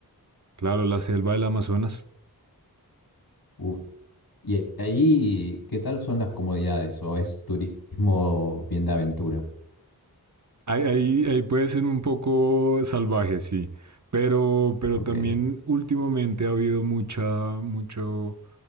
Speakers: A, on the right; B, on the left.
A: Claro, la selva del Amazonas.
B: Uf. Y ahí, ¿qué tal son las comodidades? ¿O es turismo bien de aventura?
A: Ahí, ahí, ahí puede ser un poco salvaje, sí. Pero, pero
B: Ok,
A: también últimamente ha habido mucha, mucho,